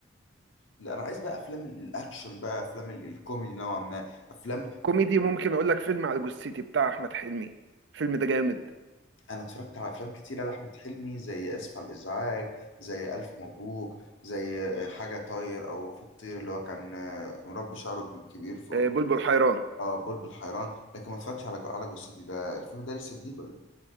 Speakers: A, on the left; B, on the right.
A: لا انا عايز بقى افلام ال- الاكشن بقى افلام ال- الكوميدي نوعا ما افلام
B: كوميدي ممكن اقول لك فيلم على جثتي بتاع احمد حلمي الفيلم ده جامد
A: انا اتفرجت على افلام كتيره لاحمد حلمي زي اسف على الازعاج زي الف مبروك زي آه، حاجه طاير او في الطير اللي هو كان آه، مربي شعره كبير فوق
B: آه، بلبل حيران
A: اه بلبل حيران لكن ما اتفرجتش على جو- على جثتي ده الفيلم ده لسه جديد ولا ايه